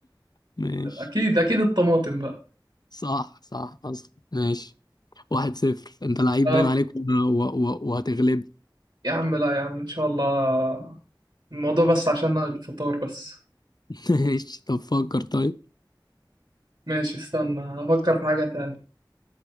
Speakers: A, on the left (about 55°); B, on the right (about 65°).
A: ماشي
B: اكيد اكيد الطماطم بقى
A: صح صح اصلا ماشي واحد صفر انت لعيب
B: طب
A: باين عليك و... و... و... وهتغلب
B: يا عم لا يا عم ان شاء الله الموضوع بس عشان الفطار بس
A: <laughs> ماشي طب فكر طيب
B: ماشي استنى افكر في حاجة تانية